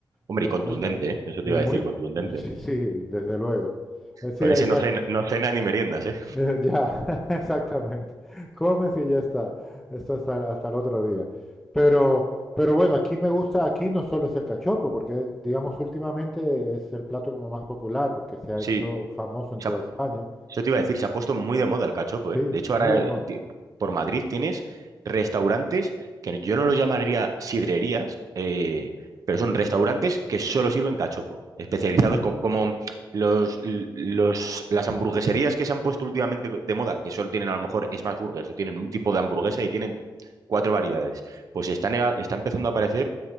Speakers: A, on the right; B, in the centre.
A: Hombre,
B: y lo
A: y contundente,
B: comes caliente.
A: ¿eh? Eso te
B: Y
A: iba
B: muy,
A: a decir, contundente.
B: sí, sí, desde luego. Eh, Sí,
A: Con
B: el
A: ese
B: ca-
A: no cena, no cena ni meriendas, ¿eh?
B: eh, ya, <laughs> exactamente. Comes y ya está. Esto hasta, hasta el otro día. Pero, pero bueno, aquí me gusta, aquí no solo es el cachopo, porque es, digamos últimamente es el plato como más popular, porque se ha
A: Sí,
B: hecho famoso en
A: se
B: toda
A: ha-
B: España.
A: eso te iba a decir, se ha puesto muy de moda el cachopo,
B: Sí,
A: ¿eh? De hecho, ahora
B: muy de
A: eh,
B: moda.
A: ti- por Madrid tienes restaurantes que yo no los llamaría sidrerías, eh, pero son restaurantes que solo sirven cachopo, especializados co- como, los, los, las hamburgueserías que se han puesto últimamente de moda, que solo tienen a lo mejor smash burgers o tienen un tipo de hamburguesa y tienen cuatro variedades. Pues están, eh, está empezando a aparecer